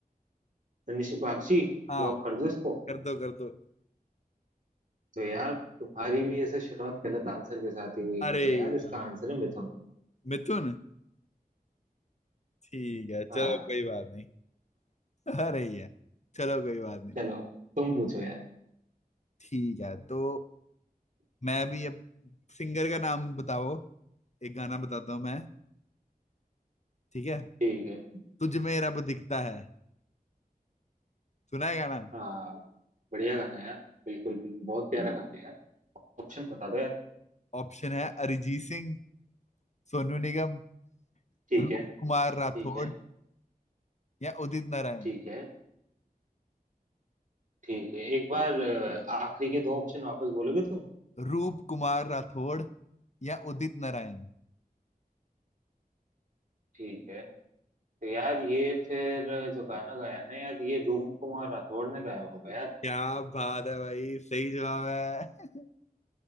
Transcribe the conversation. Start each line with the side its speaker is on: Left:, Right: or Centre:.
Right: तनिष्क बागची
Left: हाँ
Right: लॉक कर दो इसको
Left: कर दो कर दो
Right: तो यार तुम्हारी भी ऐसे शुरुआत गलत आंसर के साथ ही हुई
Left: अरे
Right: है यार
Left: यार
Right: इसका आंसर है मिथुन
Left: मिथुन ठीक है
Right: हाँ
Left: चलो कोई बात नहीं अरे यार चलो कोई बात नहीं
Right: चलो तुम पूछो यार
Left: ठीक है तो मैं भी अब सिंगर का नाम बताओ एक गाना बताता हूँ मैं ठीक है
Right: ठीक है
Left: तुझ में रब दिखता है सुना है गाना
Right: हाँ बढ़िया गाना है यार बिल्कुल भी बहुत प्यारा गाना है यार ऑप्शन बता दो यार
Left: ऑप्शन है अरिजीत सिंह सोनू निगम
Right: ठीक
Left: रूप
Right: है
Left: कुमार
Right: ठीक
Left: राठौड़
Right: है
Left: या उदित नारायण
Right: ठीक है ठीक है एक बार अ, आखिरी के दो ऑप्शन वापस बोलोगे तुम
Left: रूप कुमार राठौड़ या उदित नारायण
Right: ठीक है तो यार ये फिर जो गाना गाया है ना यार ये रूप कुमार राठौड़ ने गाया होगा यार
Left: क्या बात है भाई सही जवाब है